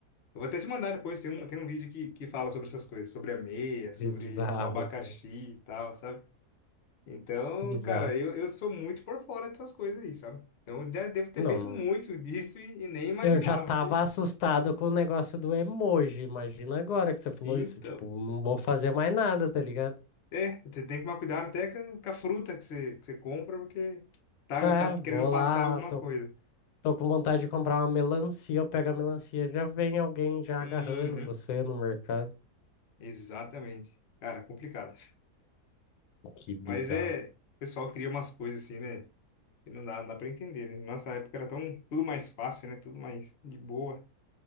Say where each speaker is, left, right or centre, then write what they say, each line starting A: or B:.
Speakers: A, on the left; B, on the left.
A: Eu vou até te mandar depois, tem um, tem um vídeo que, que fala sobre essas coisas, sobre a meia, sobre
B: Bizarro,
A: o abacaxi
B: mano.
A: e tal, sabe? Então,
B: Bizarro.
A: cara, eu, eu sou muito por fora dessas coisas aí, sabe? Eu já devo ter
B: Não,
A: feito
B: não.
A: muito <laughs> disso e, e nem imaginava
B: Eu já tava
A: que...
B: assustado com o negócio do emoji. Imagina agora que você falou
A: Então,
B: isso. Tipo, não vou fazer mais nada, tá ligado?
A: é, você tem que tomar cuidado até com, com a fruta que você, que você compra, porque tá,
B: É,
A: tá querendo
B: vou
A: passar
B: lá,
A: alguma
B: tô,
A: coisa.
B: tô com vontade de comprar uma melancia. Eu pego a melancia, já vem alguém já
A: Uhum,
B: agarrando você no mercado.
A: exatamente. Cara, complicado.
B: Que bizarro.
A: Mas é, o pessoal cria umas coisas assim, né? Que Não dá, não dá pra entender, né? Nossa época era tão, tudo mais fácil, né? Tudo mais de boa.